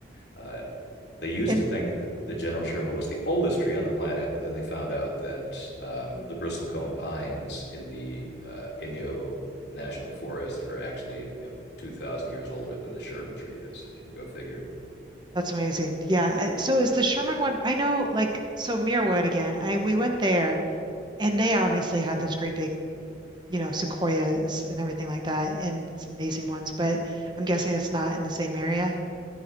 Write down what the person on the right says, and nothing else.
And
That's amazing. Yeah. I- So is the Sherman one? I know, like, so Muirwood again. I we went there, and they obviously had those great big, you know, sequoias and everything like that, and some amazing ones. But I'm guessing it's not in the same area.